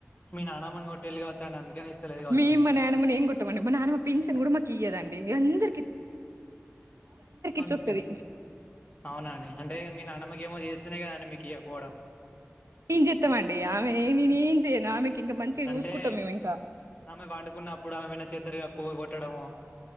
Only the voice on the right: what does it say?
మమ్మ
నేనమని ఏం గు అ నాన్నమ్ మా పిన్సన్ కూడా మాకు ఇయ్యదండి అందరు ఇచ్చొత్తది
నన్ చెత్తమడి ఆమె నేను ఏం చేయను ఆమె ఇంకా మంచిగా
చూసుకుంటాం మేము ఇంకా